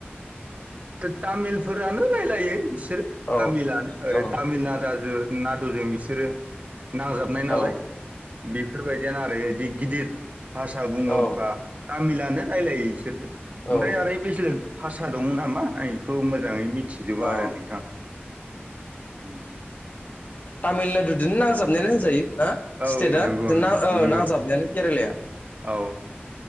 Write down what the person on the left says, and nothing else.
औ
औ
औ
औ
औ औ
औ
तामिलनाडुदोनो नांजाबनायानो होनजायो। हो
स्टेटआ
ना
ओ
नांजाबनायानो केरेलाया।